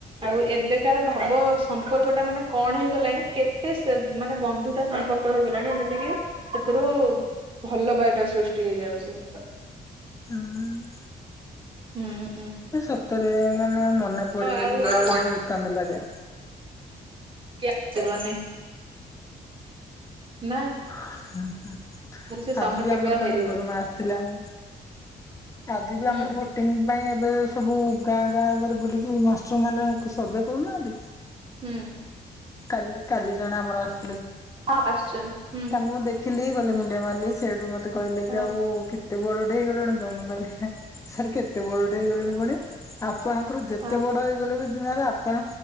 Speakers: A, on the right (about 30°); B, on the left (about 20°).
A: ଆଉ ଏବେକାର ଭାବ ସମ୍ପର୍କ ଟା ମାନେ କଣ ହେଇଗଲାଣି କେତେ ମାନେ ବନ୍ଧୁତା। ସମ୍ପର୍କ ହେଇଗଲାଣି ଏମିତିକି ସେଥିରୁ ଭଲ ପାଇବା ସୃଷ୍ଟି ହେଇଯାଉଛି।
B: ହୁଁ।
A: ହୁଁ।
B: ସେ ସତରେ ମାନେ ମନେ ପଡିଲେ
A: ଆଉ
B: ବି
A: କେବେ
B: ବେଳେ ବେଳେ ବହୁତ କାନ୍ଦି ଲାଗେ।
A: କେତେ ମାନେ। ନା।
B: ହଁ ହୁଁ
A: ସେ ସମୟ
B: ଆଜି ବି
A: କେବେ
B: ଆମର
A: ଆଉ
B: ଜଣେ
A: ଫେରିବନି
B: ଗୁରୁମା ଆସିଥିଲା ମୁଁ ଆଜି ବି
A: ହୁଁ
B: ଆମର ଭୋଟିଂ ପାଇଁ। ଏ ସବୁ ଗାଁ ଗାଁରେ ବୁଲିକି ମ ସେ ମାନଙ୍କୁ ସର୍ଭେ କରୁନାହାନ୍ତି।
A: ହୁଁ।
B: କାଲି କାଲି ଜଣେ ଆମର ଆସି
A: ହଁ ଆଶ୍ଚଛନ୍ତି ହୁଁ।
B: ମୁଁ ଦେଖିଲି ଗଲି ମୁଣ୍ଡିଆ ମାରିଲି ସେଇଠୁ ମତେ। କହିଲେ
A: ହଁ
B: କି ଆଉ କେ ତୁ ବଡ଼ଟେ ହେଇଲୁଣି ତ ମୁଁ କାଲି ସାର୍ କେତେ ବଡ ଟେ ହେଇଗଲିଣି ପୁଣି। ଷ୍ଟାପ ପଣଙ୍କର ଯେତେ
A: ହଁ
B: ବଡ ହେଇଗଲେ ବି। ଦିନରେ ଆପଣ।